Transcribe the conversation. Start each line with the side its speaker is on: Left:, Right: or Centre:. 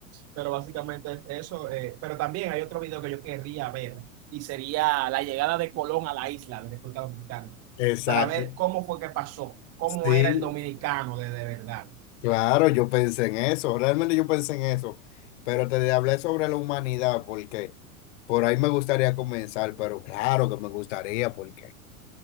Right: Pero básicamente es eso. eh, pero también hay otro video que yo querría ver y sería la llegada de Colón a la isla de República Dominicana
Left: Exacto.
Right: para ver cómo fue que pasó, cómo
Left: Sí,
Right: era el dominicano de, de verdad.
Left: Claro, yo pensé en eso, realmente yo pensé en eso, pero te hablé sobre la humanidad porque por ahí me gustaría comenzar, pero claro que me gustaría porque